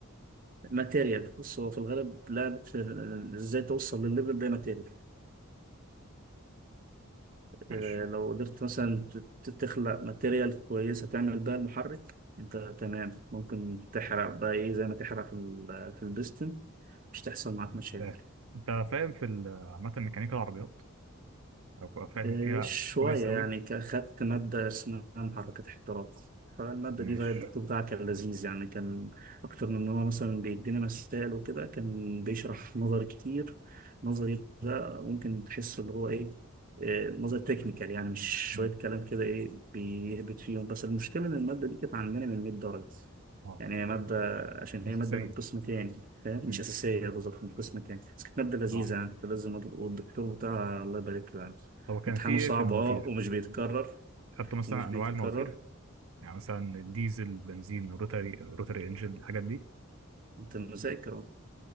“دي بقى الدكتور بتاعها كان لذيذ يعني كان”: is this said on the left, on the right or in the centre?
Right